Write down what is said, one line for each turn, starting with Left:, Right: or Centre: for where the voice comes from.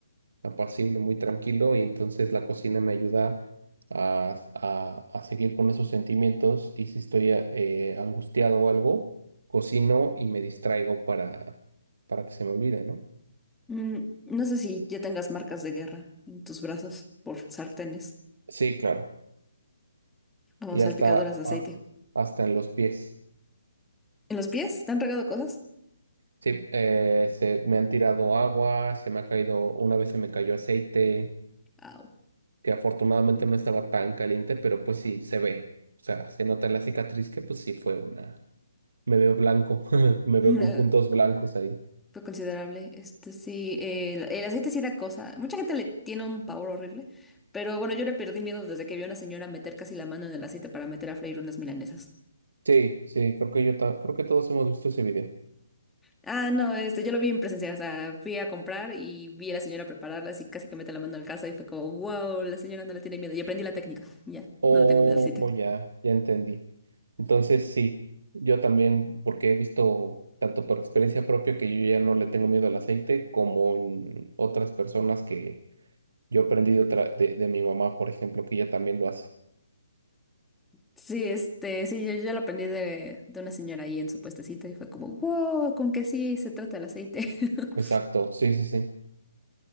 Right: apacible, muy tranquilo, y entonces la cocina me ayuda a, a- a seguir con esos sentimientos, y si estoy eh, angustiado o algo, cocino y me distraigo para, para que se me olvide, ¿no?
Centre: Mm, no sé si ya tengas marcas de guerra en tus brazos por sartenes
Right: Sí, claro,
Centre: o
Right: y hasta,
Centre: salpicadoras de aceite.
Right: a- hasta en los pies.
Centre: ¿En los pies? ¿Te han regado cosas?
Right: Sí, eh, se, me han tirado agua, se me ha caído, una vez se me cayó aceite,
Centre: Au.
Right: que afortunadamente no estaba tan caliente, pero pues sí, se ve. O sea, se nota en la cicatriz que pues sí fue una... Me veo blanco, <laughs> me veo
Centre: <laughs>
Right: con puntos blancos ahí.
Centre: Fue considerable. Este sí, el, el aceite sí da cosa. Mucha gente le tiene un pavor horrible. Pero bueno, yo le perdí miedo desde que vi a una señora meter casi la mano en el aceite para meter a freír unas milanesas.
Right: Sí, sí, creo que yo ta- creo que todos hemos visto ese video.
Centre: Ah, no, este, yo lo vi en presencia. O sea, fui a comprar y vi a la señora prepararlas y casi que mete la mano en la casa y fue como, wow, la señora no le tiene miedo. Y aprendí la técnica. Ya,
Right: Oh,
Centre: no le tengo miedo al aceite.
Right: ya, ya entendí. Entonces sí, yo también, porque he visto tanto por experiencia propia que yo ya no le tengo miedo al aceite, como en otras personas que Yo aprendí de, otra- de, de mi mamá, por ejemplo, que ella también lo hace.
Centre: Sí, este, sí, yo, yo lo aprendí de, de una señora ahí en su puestecito y fue como, wow, con que sí se trata el aceite. <laughs>
Right: Exacto, sí, sí, sí.